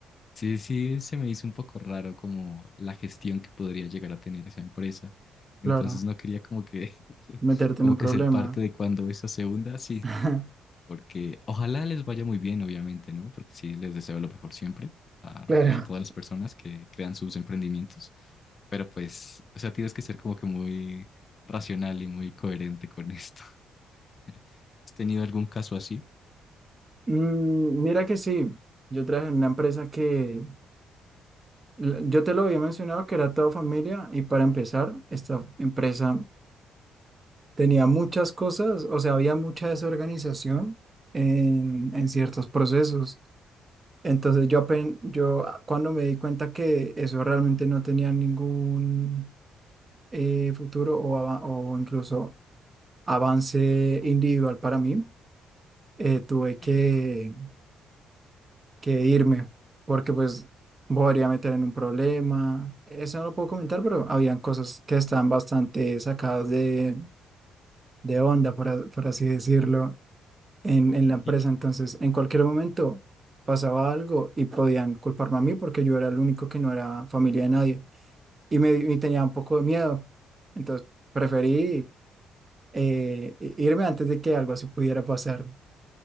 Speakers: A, on the left; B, on the right.
A: Sí, sí, se me hizo un poco raro como la gestión que podría llegar a tener esa empresa. Entonces
B: claro,
A: no quería como que, <laughs>
B: meterte
A: como
B: en un
A: que
B: problema.
A: ser parte de cuando eso se hunda, sí,
B: <laughs>
A: porque ojalá les vaya muy bien, obviamente, ¿no? Porque sí, les deseo lo mejor siempre a,
B: Claro.
A: a todas las personas que crean sus emprendimientos, pero pues, o sea, tienes que ser como que muy racional y muy coherente con esto. <laughs> ¿Has tenido algún caso así?
B: Mm, mira que sí, yo trabajé en una empresa que L- Yo te lo había mencionado que era toda familia y para empezar, esta empresa tenía muchas cosas, o sea, había mucha desorganización en, en ciertos procesos. Entonces yo, apen- yo ah, cuando me di cuenta que eso realmente no tenía ningún eh, futuro o, ava- o incluso avance individual para mí, eh, tuve que
A: Ok.
B: que irme, porque pues me podría meter en un problema. Eso no lo puedo comentar, pero habían cosas que estaban bastante sacadas de, de onda, por, a- por así decirlo, en,
A: <laughs>
B: en la empresa. Entonces, en cualquier momento pasaba algo y podían culparme a mí porque yo era el único que no era familia de nadie y me y tenía un poco de miedo. Entonces, preferí eh, i- irme antes de que algo así pudiera pasar.